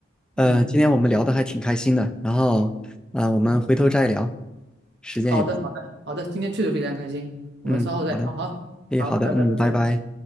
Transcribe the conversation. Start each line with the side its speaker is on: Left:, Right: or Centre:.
Centre: 呃，
Right: 嗯。
Centre: 今天我们聊的还挺开心的，然后，啊，我们回头再聊，
Right: 嗯
Centre: 时间也不
Right: 好的，好的，好的，今天确实非常开心，我们稍后再聊哈。
Centre: 嗯，好的，诶，
Right: 好，
Centre: 好的，
Right: 拜拜，
Centre: 嗯，
Right: 拜拜。
Centre: 拜拜。
Right: 嗯。